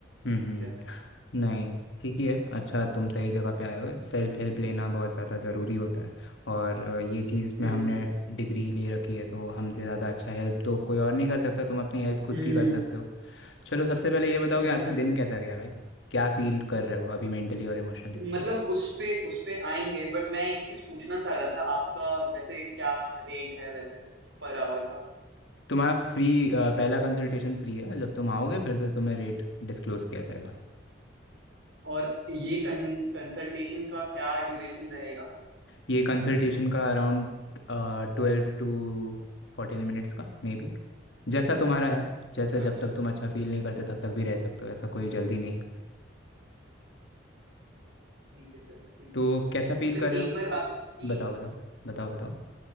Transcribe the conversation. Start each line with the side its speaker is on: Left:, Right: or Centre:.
Left: हम्म हम्म
Right: या
Left: हम्म। नहीं ठीक ही है अच्छा तुम सही जगह पे आए हो सेल्फ हेल्प लेना बहुत ज़्यादा ज़रूरी होता है और अ, ये चीज़ में
Right: हम्म
Left: हमने डिग्री ले रखी है तो हमसे ज़्यादा अच्छा हेल्प तो कोई और नहीं कर सकता तुम अपनी हेल्प खुद
Right: हम्म
Left: की कर सकते हो चलो सबसे पहले ये बताओ
Right: हम्म
Left: कि आज का
Right: हम्म।
Left: दिन कैसा गया भाई क्या फील कर रहे हो अभी मेंटली और इमोशनली
Right: मतलब उस पे उस पे आएंगे बट मैं एक चीज पूछना चाह रहा था आपका वैसे क्या रेट है वैसे पर आवर का
Left: तुम्हारा फ्री पहला कंसल्टेशन फ्री है जब तुम आओगे फिर तो तुम्हें रेट डिस्क्लोज़ किया जाएगा
Right: और ये कं, कंसल्टेशन का क्या ड्यूरेशन रहेगा
Left: ये कंसल्टेशन का अराउंड ट्वेल्व टू फोर्टीन मिनट्स का मे बी जैसा तुम्हारा है जैसे
Right: अच्छा
Left: जब तक तुम अच्छा फील नहीं करते तब तक भी रह सकते हो ऐसा कोई जल्दी नहीं है
Right: ठीक है सर ठीक
Left: तो
Right: है
Left: कैसा फील
Right: सर
Left: कर रहे
Right: एक
Left: हो
Right: बार आपकी
Left: बताओ बताओ बताओ बताओ